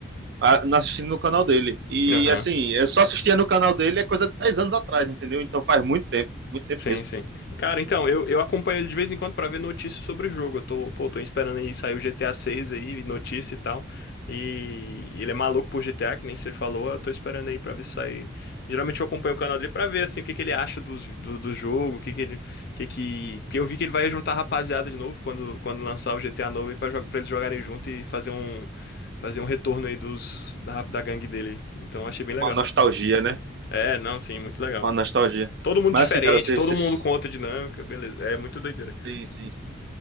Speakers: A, on the right (about 60°); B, on the left (about 55°).
A: a- assistindo no canal dele. E
B: Aham.
A: assim, eu só assistia no canal dele é coisa de 10 anos atrás, entendeu? Então faz muito tempo, muito tempo
B: Sim,
A: mesmo.
B: sim. Cara, então, eu, eu acompanho ele de vez em quando pra ver notícias sobre o jogo. Eu tô, pô, tô esperando aí sair o GTA 6 aí, notícia e tal. E ele é maluco por GTA, que nem você falou. Eu tô esperando aí pra ver se sair. Geralmente eu acompanho o canal dele pra ver, assim, o que que ele acha dos, do, do jogo, o que que ele... Que que... que eu vi que ele vai juntar a rapaziada de novo quando, quando lançar o GTA novo aí pra, jogar, pra eles jogarem junto e fazer um... Fazer um retorno aí dos, da, da gangue dele. Então, achei bem legal.
A: Uma nostalgia, né?
B: É, não, sim, muito legal.
A: Uma nostalgia.
B: Todo mundo
A: Mas
B: diferente,
A: assim, cara, vocês
B: todo
A: você-
B: mundo com outra dinâmica, beleza. É muito doideira.
A: Sim, sim, sim.